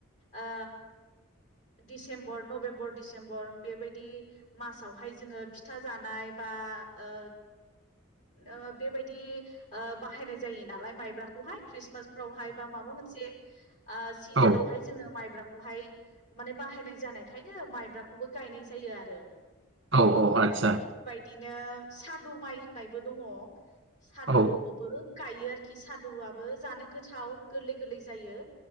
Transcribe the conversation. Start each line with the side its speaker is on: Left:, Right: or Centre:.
Left: ओ दिसेम्बर नभेम्बर डिसेम्बर बेबायदि मासावहाय जोङो फिथा जानाय बा आ ओ बेबादि दि ओ बाहायनाय जायो नालाय माइब्राखौहाय ख्रिसमास फोरावहाय बा माबा मोनसे सिजोनावहाय
Right: औ
Left: जोङो माइब्रा खौहाय माने बाहायनाय जानायखायनो माइब्राखौबो गायनाय जायो आरो।
Right: औ औ आदसा
Left: बिदिनो सादु माइ होननायबो दङ सादुखौबो
Right: औ
Left: गायो आरो खि सादुआबो जानो गोथाव गोरलै गोरलै जायो